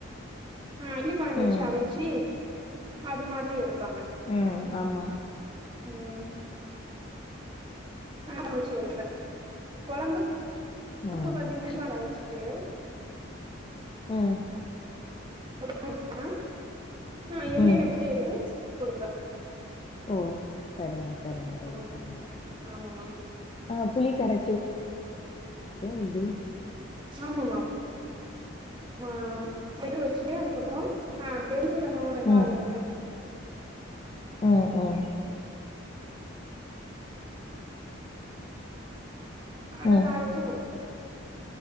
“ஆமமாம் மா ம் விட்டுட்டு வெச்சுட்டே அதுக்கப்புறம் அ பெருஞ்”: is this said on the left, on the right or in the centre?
Right